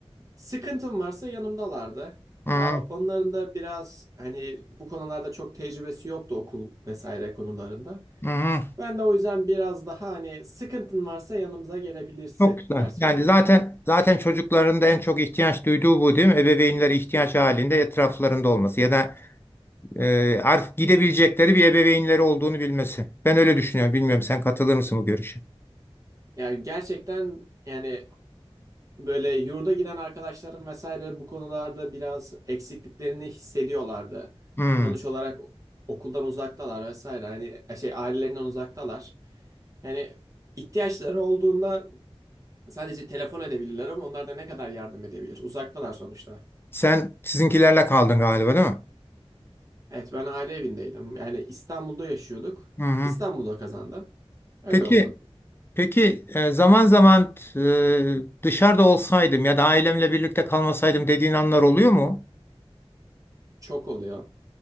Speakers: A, on the right; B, on the left.
A: sıkıntım varsa yanımdalardı.
B: Hı
A: Ya onların da biraz hani bu konularda çok tecrübesi yoktu okul vesaire konularında.
B: hı.
A: Ben de o yüzden biraz daha hani sıkıntın varsa yanımıza gelebilirsin
B: Çok güzel.
A: versiyonuydu.
B: Yani zaten zaten çocukların da en çok ihtiyaç duyduğu bu değil mi? Ebeveynlere ihtiyaç halinde etraflarında olması ya da e, artık gidebilecekleri bir ebeveynleri olduğunu bilmesi. Ben öyle düşünüyorum. Bilmiyorum sen katılır mısın bu görüşe?
A: Yani gerçekten yani Böyle yurda giden arkadaşlarım vesaire bu konularda biraz eksikliklerini hissediyorlardı.
B: Hı.
A: Sonuç olarak okuldan uzaktalar vesaire. Hani e, şey ailelerinden uzaktalar. Yani ihtiyaçları olduğunda sadece telefon edebilirler ama onlar da ne kadar yardım edebilir? Uzaktalar sonuçta.
B: Sen sizinkilerle kaldın galiba değil mi?
A: Evet ben aile evindeydim. Yani İstanbul'da yaşıyorduk.
B: Hı hı.
A: İstanbul'da kazandım. Öyle
B: Peki,
A: oldu.
B: peki e, zaman zaman e, dışarıda olsaydım ya da ailemle birlikte kalmasaydım dediğin anlar oluyor mu?
A: Çok oluyor.